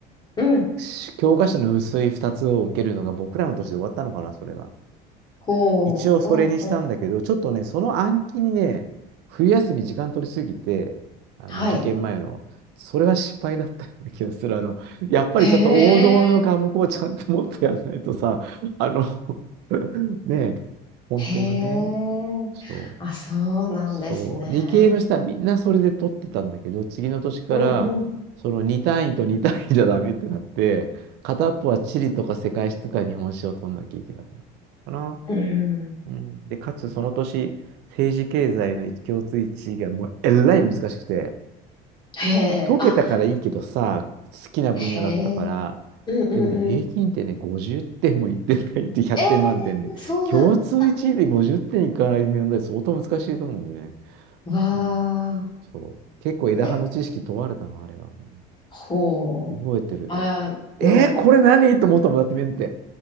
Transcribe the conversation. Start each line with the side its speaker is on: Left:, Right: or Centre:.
Left: うん。
Right: し教科書の薄い2つを受けるのが僕らの年で終わったのかな、それが。
Left: ほう。
Right: 一応それにしたんだけど、
Left: うんうん。
Right: ちょっとね、その暗記にね、冬休み時間取りすぎて、あの受験前の、
Left: はい。
Right: それは失敗だったような気がする。あの、やっぱりちょっと王道の科目をちゃんと持ってやらないとさ、
Left: へえ。
Right: あの <laughs> ねえ、本当はね、
Left: へえ。
Right: そう、
Left: あ、そうなんですね。
Right: そう、理系の人はみんなそれで取ってたんだけど、次の年から、
Left: うんうん。
Right: その2単位と2単位じゃダメってなって、片っぽは地理とか世界史とか日本史を取んなきゃいけなくなったかな。
Left: うん。
Right: うん、で、かつその年、政治経済の共通一致がもうえらい難しくて、
Left: へえ。
Right: 解けたからいいけどさ、
Left: あ、
Right: 好きな分野だったから、
Left: へえ。うんうんうん。
Right: でもね、平均点ね、50点もいってないって100点満点で、
Left: ええ、そうだったんだ。
Right: 共通一位で50点いかない問題相当難しいと思うね。
Left: わ
Right: うん、
Left: あ。
Right: そう。結構枝葉の知識問われたな、
Left: え、
Right: あれは。うん
Left: ほう。
Right: 覚えてる。
Left: あの、
Right: えー、これ何と思ったもんだって見んて。